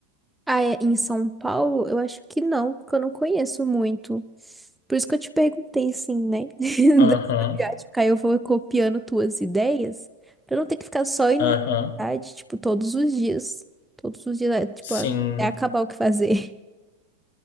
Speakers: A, in the centre; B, on the left.
A: Ah, é, em São Paulo, eu acho que não, porque eu não conheço muito. Por isso que eu te perguntei, assim, né? <laughs>
B: Aham,
A: Da sua viagem, porque aí eu vou copiando tuas ideias, pra não ter que ficar só indo
B: aham,
A: na cidade, tipo, todos os dias. Todos os dias, é, tipo,
B: sim.
A: até acabar o que fazer. <laughs>